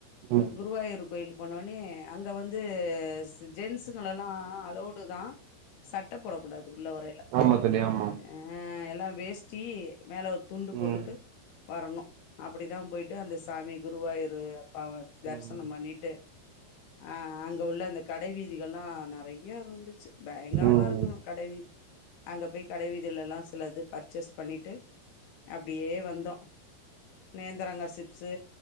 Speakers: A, on the right; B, on the left.
A: ம்
B: குருவாயிரு கோயில் போனோனே அங்க வந்து ஜென்ஸுங்கல்லா அலோடுதா சட்டை போடக்க கூடாது உள்ள வரையில
A: ஆமா தோழி ஆமா
B: ஆ எல்லாம் வேஸ்ட்டி மேல ஒரு துண்டு போட்டுட்டு
A: ம்
B: வரணு அப்பிடிதா போயிட்டு அந்த சாமி குருவாயூர் பவர் தரிசனம்
A: ம்
B: பண்ணிட்டு அ அங்க உள்ள அந்த கடை வீதிகல்லா நெறைய இருந்துச்சி பயங்கரமா
A: ம்
B: இருக்கணு கடை வீ அங்க போய் கடைவீதில்லா சிலது பர்ச்சஸ் பண்ணிட்டு அப்பிடியே வந்தோ நேந்திரங்கா சிப்ஸ்